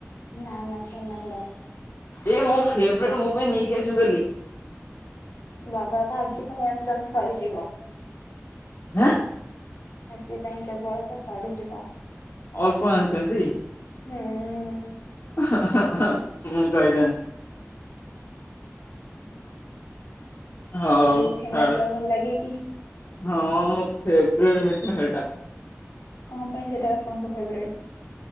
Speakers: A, on the left (about 75°); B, on the left (about 55°).
A: ନା ନା ଛେନାପେଡା।
B: ଏଇ ମୋ ଫେବେରେଟ୍ ମୋ ପାଇଁ ନେଇକି ଆସିବୁ କାଲି।
A: ବାବା ତ ଆଜି ପାଇଁ ଆଣିଚନ୍ତି ସରିଯିବ।
B: ହେଁ
A: ଆଜି ପାଇଁ କେବଳ ତ ସରିଯିବ।
B: ଅଳ୍ପ ଆଣିଚନ୍ତି।
A: ହୁଁ
B: ମୁଁ ଖାଇଥାନ୍ ହଉ
A: ଆପଣଙ୍କୁ ଛେନା
B: ଛାଡ
A: ପୋଡା ଭଲ ଲାଗେ କି?
B: ହଁ ଅଁ ମୋ ଫେବେରେଟ୍ ମିଠା ହେଟା।
A: କଣ ପାଇଁ ସେଇଟା ଆପଣଙ୍କ ଫେବରାଇଟ୍?